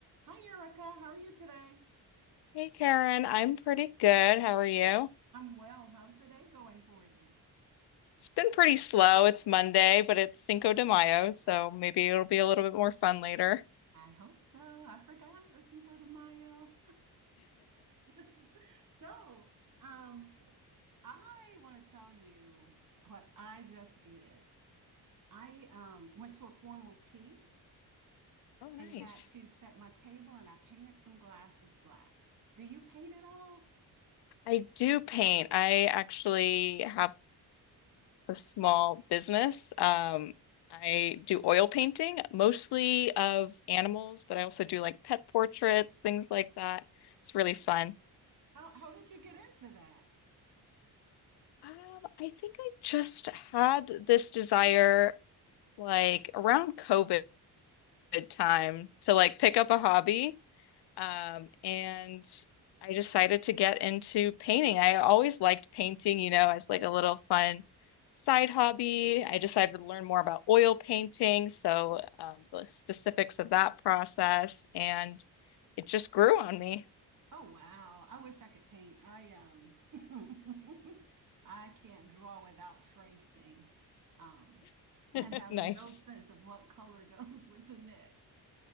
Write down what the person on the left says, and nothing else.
Hey Karen, I'm pretty good. How are you?
It's been pretty slow. It's Monday, but it's Cinco de Mayo, so maybe it'll be a little bit more fun later. <laughs>
Oh, nice.
I do paint. I actually have a small business. Um, I do oil painting, mostly of animals, but I also do like pet portraits, things like that. It's really fun.
Um, I think I just had this desire like around COVID. good time to like pick up a hobby. Um, and I decided to get into painting. I always liked painting, you know, as like a little fun side hobby. I decided to learn more about oil painting, so um, the specifics of that process, and it just grew on me.
<laughs>
Nice.